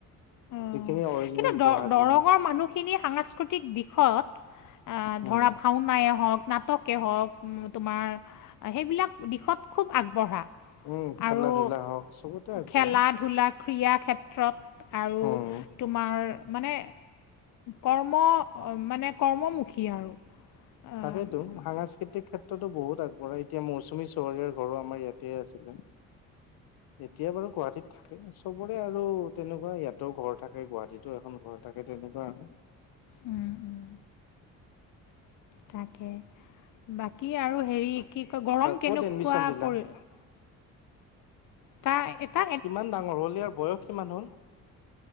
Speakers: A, on the left; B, on the left.
A: অ
B: যিখিনি অৰিজিনেল
A: কিন্তু দ-দৰঙৰ
B: গুৱাহাটীৰ হয়
A: মানুহখিনি খিনি সাংস্কৃতিক দিশত আ
B: উম
A: ধৰা ভাওনাই হওক নাটকেই হওক তোমাৰ সেইবিলাক দিশত খুব আগবঢ়া।
B: উম খেলা
A: আৰু
B: ধূলা হওক চবতে আগবঢ়া
A: খেলা ধূলা ক্ৰীড়া ক্ষেত্ৰত আৰু
B: উম
A: তোমাৰ মানে কৰ্ম মানে কৰ্মমুখী আৰু। অ উম
B: তাকেইতো সাংস্কৃতিক ক্ষেত্ৰতো বহুত আগবঢ়া এতিয়া মৌচুমী চহৰীয়াৰ ঘৰো আমাৰ ইয়াতে আছিলে। এতিয়া বাৰু গুৱাহাটীত থাকে চবৰে আৰু তেনেকুৱা ইয়াতো ঘৰ থাকে গুৱাহাটীতো এখন ঘৰ থাকে ত তেনেকুৱা আৰু।
A: উম উম তাকে। বাকী আৰু হেৰি কি কয় গৰম কেনেকুৱা
B: ক'ত এডমিশ্যন দিলা
A: পৰি এটা এটা
B: কিমান ডাঙৰ হ'ল ইয়াৰ বয়স কিমান হ'ল?